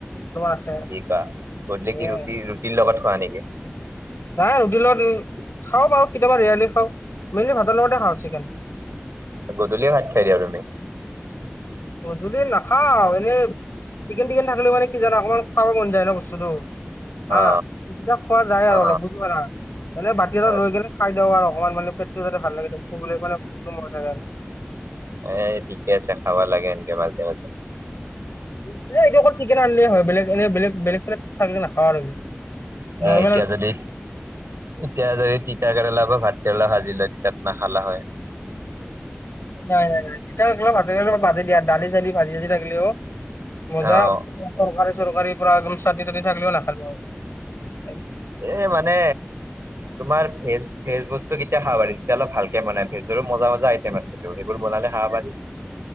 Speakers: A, on the left; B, on the right.
A: আছে <unintelligible>
B: গধুলি
A: উম,
B: কি ৰুটি, ৰুটিৰ লগত খোৱা নেকি?
A: নাই ৰুটি লগত, খাওঁ বাৰু কেতিয়াবা ৰেয়াৰলি খাওঁ। মেইনলি ভাতৰ লগতে খাওঁ চিকেন।
B: গধূলিয়ে ভাত খাই দিয়া তুমি।
A: পধূলি নাখাওঁ, এনেই চিকেন টিকেন থাকিলে মানে কি জানা, অকমান খাব মন যায় ন', বস্তুটো। হা
B: অ
A: খোৱা যায় আৰু
B: অ
A: অলপ বুজ <unintelligible> পা না এ বাতি এটা
B: অ
A: ৰৈ গ'লে খাই দিওঁ আৰু অকণমানানে পেটটো যাতে ভাল লাগে, ভাল মানে ভোগটো মৰি থাকে আৰু।
B: এ, ঠিকে আছে খাব লাগে এনকে মাজে মাজে।
A: এ, এইটো অকল চিকেন আনিলিয়ে হয়, বেলেগ এনে বেলেগ বেলেগ চেলেগ চাক নাখওঁ আৰু, নৰ্মেল
B: এ এতিয়া যদি এতিয়া যদি তিতা কেৰেলা, বা ভাত কেৰেলা ভাজি লয়, তেতিয়া, নাখালা হয়।
A: নাই নাই নাই, তেতিয়া ভা ভাজি দিয়া দালি চালি ভাজি যদি থাকিলেও মজা,
B: অ
A: টৰকাৰী চৰকাৰীৰ পৰা একদম চাটনি তাতনি থাকিলেও নাখালো আৰু
B: এ', মানে তোমাৰ ভেজ, ভেজ বস্তু কেতিয়া খাব পাৰি, যেতিয়া অলপ ভালকে বনাই ভেজৰো মজা মজা আইটেম আছেটো, সেইবোৰ বনালে খাব পাৰি।